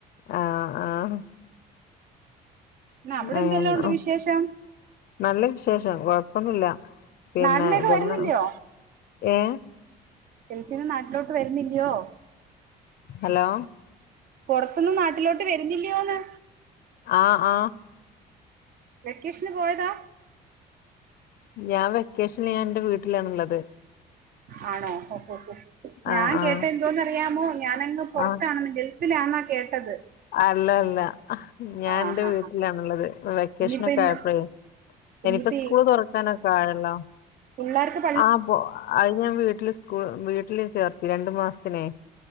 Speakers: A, on the left (about 70°); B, on the right (about 60°).
A: ആഹ് ആഹ്
B: പിന്നെ അവിടെ
A: അന്നോ
B: എന്തെല്ലാം ഉണ്ട് വിശേഷം
A: നല്ല വിശേഷം കൊഴപ്പൊന്നുമില്ല പിന്നെ
B: നാട്ടിലേക്ക്
A: ഇതന്ന
B: വരുന്നില്ലയോ
A: ഏ
B: ഗൾഫിന്ന് നാട്ടിലോട്ട് വരുന്നില്ലയോ
A: ഹലോ
B: പുറത്തൊന്നുനാട്ടിലോട്ട് വരുന്നില്ലയോന്ന്
A: ആഹ് ആഹ്
B: വെക്കേഷന് പോയതാ
A: ഞാൻ വെക്കേഷന് ഞാൻ എന്റെ വീട്ടിലാണുള്ളത്
B: ആണോ ഓ ഓ ഞാൻ
A: ആഹ് ആഹ്
B: കേട്ട എന്തോന്നറിയാമോ ഞാനങ്ങ് പുറത്താണെങ്കിൽ
A: ആഹ്
B: ഗൾഫിലണന്നാ കേട്ടത്
A: അല്ല അല്ല ഞാൻ
B: ആ
A: എന്റെ
B: ഹാ
A: വീട്ടിലാണുള്ളത്
B: ഹാ
A: ഇപ്പൊ വെക്കേഷനൊക്കെ
B: ഇനിയിപ്പ ഇന്ന്
A: ആയപ്പോഴേ
B: ഇനിയിപ്പ
A: ഇനിയിപ്പോ സ്കൂള് തുറക്കാനൊക്കെ ആയല്ലോ
B: പിള്ളേർക്കും
A: ആപ്പോ അത് ഞാൻ വീട്ടില് സ്കൂ വീട്ടില് ചേർത്തി രണ്ടു മാസത്തിനെ